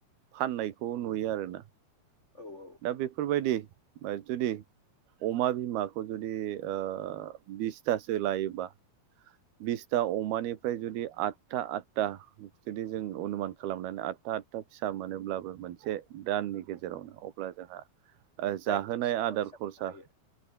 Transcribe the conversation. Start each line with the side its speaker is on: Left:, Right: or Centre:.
Right: फाननायखौ नुयो आरोना।
Left: औ औ
Right: दा बेफोरबायदि जुदि अमा बिमाखौ जुदि ओ बिसथासो लायोबा बिसथा अमानिफ्राय जुदि आदथा आदथा जुदि जों अनुमान खालामनानै आदथा आदथा फिसा मोनोब्लाबो मोनसे दाननि गेजेरावनो अब्ला जोंहा जाहोनाय
Left: दाइनजिसो अमा
Right: आदार
Left: फिसा
Right: खरसा
Left: मोननो हायो